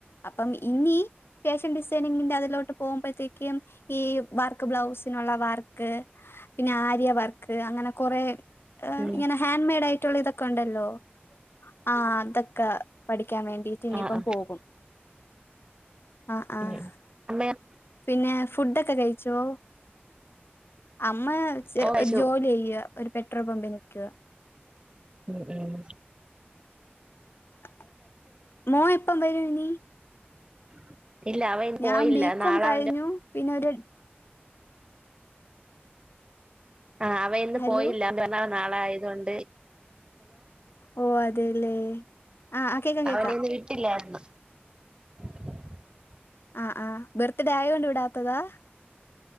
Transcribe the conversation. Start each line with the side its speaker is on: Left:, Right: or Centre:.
Left: അപ്പം ഇനി ഫാഷൻ ഡിസൈനിങ്ങിന്റെ അത് ലോട്ട് പോകുമ്പഴ്ത്തേക്കും ഈ വർക്ക് ബ്ലൗസിനുള്ള വർക്ക്, പിന്നെ ആര്യ വർക്ക് അങ്ങനെ കൊറെ ഏഹ്,
Right: ഉം
Left: ഇങ്ങനെ ഹാൻമെയിഡായി ട്ടുള്ള ഇതൊക്കെ ഉണ്ടല്ലോ, ആഹ് അതൊക്കെ പഠി ക്കാൻ വേണ്ടിയിട്ട് ഇനിയിപ്പം
Right: ആ ആ
Left: പോകും. ആഹ്, ആഹ്,
Right: ഉം അമ്മയോ
Left: പിന്നെ ഫുഡൊക്കെ കഴിച്ചോ? അമ്മ ചെ
Right: ഓ അയച്ചു
Left: ഒരു ജോലിയ്യാ ഒരു പെട്രോൾ പമ്പില്. <unintelligible>
Right: ഹ്മ്മ്, ഹ്മ്മ്
Left: <inaudible> മോൻ എപ്പം വരും ഇനി
Right: <inaudible> ഇന്ന്
Left: ഞാൻ
Right: പോയില്ല
Left: ബികോം
Right: നാളെ
Left: കഴിഞ്ഞു.
Right: അവന്റെ
Left: പിന്നെ ഒര്
Right: ആഹ്, അവയിന്ന്
Left: ഹലോ
Right: പോയില്ല. <unintelligible> നാളെ ആയത്കൊണ്ട്
Left: ഓ അതെല്ലേ, ആഹ് കേക്കാം കേക്കാം.
Right: അവനെ ഇന്ന് <inaudible>
Left: ആഹ് ആഹ് ബെർത്ത്ഡേ ആയൊണ്ട് വിടാത്തതാ